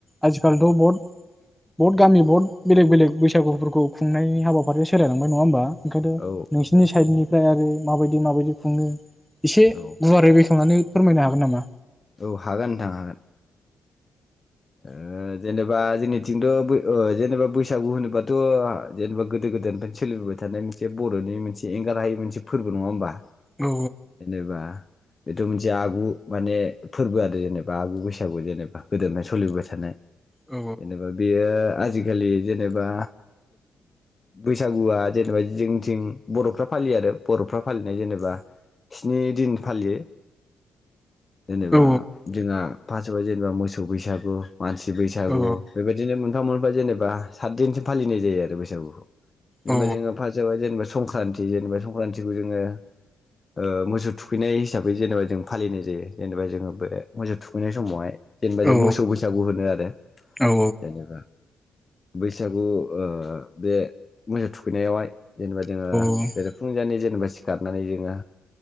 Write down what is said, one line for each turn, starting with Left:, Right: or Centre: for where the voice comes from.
Centre: आथिखलिथ' बहुद बहुद गाननि बुहुद बेलेग बेलग बै सागुफोरखौ खुंनायनि हाबाफारिया सोलायांबाय नङा होनोमबा। ओंखायनोथ'
Left: औ
Centre: नोंसिनि साइदनि ओमफ्राय आरो माबायदि माबायदि खुङो। एसे
Left: औ
Centre: गुवारै बेखेवनानै फोरमायनो हागोन नामा?
Left: औ हागोन नोंथां हागोन। ओ जेनेबा जोंनिथिंथ' बै ओ जेनेबा बैसागु होनोबाथ' जेनेबा गोदो गोदायनिफ्रायनो सोलिबोबाय थानाय मोनसे बर'नि मोनसे एंगार हायै मोनसे फोरबो नङा होमबा।
Centre: औ
Left: जेनेबा बेथ' मोनसे आगु माने फोरबो आरो जेनेबा आगु बैसागु जेनेबा गोदो- सोलिबाय थानाय
Centre: औ
Left: जेनेबा बेयो आजि खालि जेनेबा बैसागुआ जेनेबा जोंथिं बर'फ्रा फालियो आरो बर'फ्रा फालिनाय जेनेबा स्नि दिन फालियो। जेनोबा
Centre: औ
Left: जोंहा फार्स्ट जेनोबा मोसौ बैसा गु मानसि बैसागु
Centre: औ
Left: बेबायदिनो मोनफा मोन फा जेनोबा साददिनसो फालिनाय जायो आरो बैसागुखौ। जेनोबा
Centre: औ
Left: जोङो फार्सजावहाय जेनोबा संक्रान्ति जेनोबा संक्रान्तिखौ जोङो ओ मोसौ थुखैनाय हिसाबै जेनोबा जों फालिनाय जायो। जेनोबा जोङो बे मोसौ थुखैनाय समावहाय जेनोबा जों
Centre: औ
Left: मोसौ बै सागु होनो आरो
Centre: औ
Left: जेनोबा बैसागु ओ बे मोसौ थुखैनायावहाय जेनोबा जोङो
Centre: औ
Left: बेरे फुंजानि जेनोबा सिखारनानै जोङो